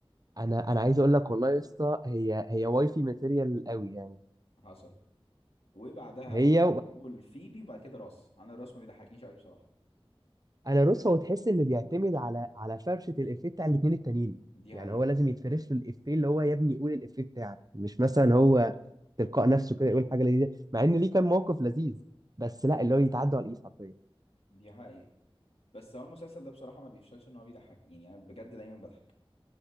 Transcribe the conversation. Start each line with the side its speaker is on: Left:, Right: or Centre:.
Right: انا انا عايز اقول لك والله يا اسطى هي هي واي في ماتيريال قوي يعني
Left: حصل وبعدها
Right: هي
Left: ممكن اقول فيبي وبعد كده راس انا الراس ما بيضحكنيش قوي بصراحة
Right: انا روس هو تحس انه بيعتمد على على فرشه الافيه بتاع الاثنين التانيين
Left: دي
Right: يعني
Left: حقيقة
Right: هو لازم يتفرش له الافيه اللي هو يا ابني قول الافيه بتاعك مش مثلا هو تلقاء نفسه كده يقول حاجه لذيذه مع ان ليه كان موقف لذيذ بس لا اللي هو يتعدى على الايد حرفيا
Left: دي حقيقة بس هو المسلسل ده بصراحة ما بيفشلش ان هو بيضحك يعني انا بجد دايما بضحك